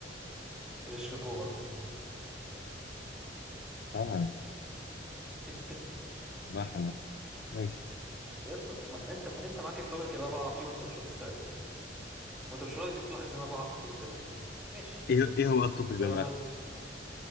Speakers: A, in the centre; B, on the left.
A: تريشنكوفا
B: حرام عليك
A: <laughs>
B: والله حرام عليك. ماشي
A: يا اسطى ما انت ما انت معاك التوبيك اللي انا بقع فيه وانت مش راضي تستخدمه وانت مش راضي تلاحظ ان انا بقع في التوبيك ده بالذات ماشي
B: ايه ايه هو التوبيك
A: آه
B: ده بقى؟